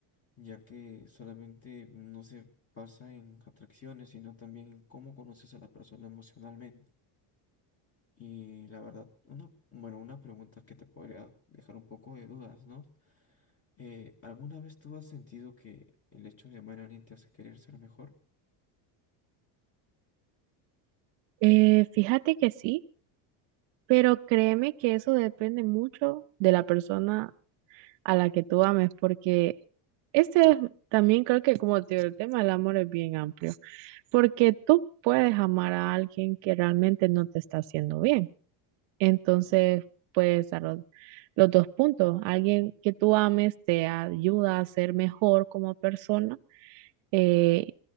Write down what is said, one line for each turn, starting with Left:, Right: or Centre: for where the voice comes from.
Left: Ya que solamente no se pasa en atracciones, sino también en cómo conoces a la persona emocionalmente. Y la verdad, una, bueno, una pregunta que te podría dejar un poco de dudas, ¿no? Eh, ¿alguna vez tú has sentido que el hecho de amar a alguien te hace querer ser mejor?
Right: Eh, fíjate que sí, pero créeme que eso depende mucho de la persona a la que tú ames, porque Este es también creo que como te digo, el tema del amor es bien amplio, porque tú puedes amar a alguien que realmente no te está haciendo bien. Entonces, puedes dar los, los dos puntos. Alguien que tú ames te ayuda a ser mejor como persona, eh,